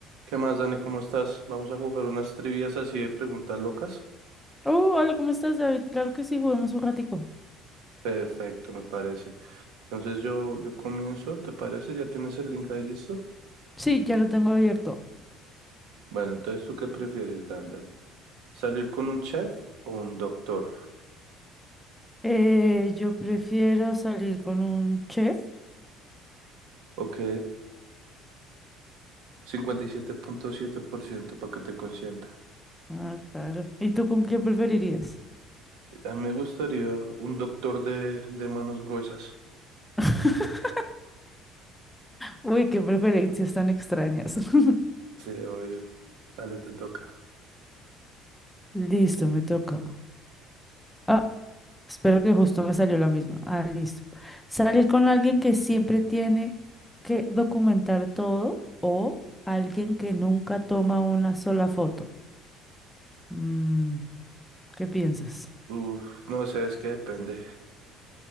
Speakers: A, on the right; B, in the centre.
A: ¿Qué más, Dani? ¿Cómo estás? Vamos a jugar unas trivias así de preguntas locas.
B: Oh, hola, ¿cómo estás, David? Claro que sí, juguemos un ratico.
A: Perfecto, me parece. Entonces yo, yo comienzo, ¿te parece? ¿Ya tienes el link ahí listo?
B: Sí, ya lo tengo abierto.
A: Bueno, entonces ¿tú qué prefieres, Dan Dan? ¿Salir con un chef o un doctor?
B: Eh, yo prefiero salir con un chef.
A: Ok, cincuenta y siete punto siete por ciento para que te consienta.
B: Ah, claro. ¿Y tú con quién preferirías?
A: A mí me gustaría un doctor de, de manos gruesas.
B: <laughs> Uy, qué preferencias tan extrañas. <laughs>
A: Sí, obvio. Dale, te toca.
B: Listo, me toca. Ah, espero que justo me salió la misma. Ah, listo. Salir con alguien que siempre tiene que documentar todo o alguien que nunca toma una sola foto. Mm, ¿qué piensas?
A: Uf, no sé, es que depende.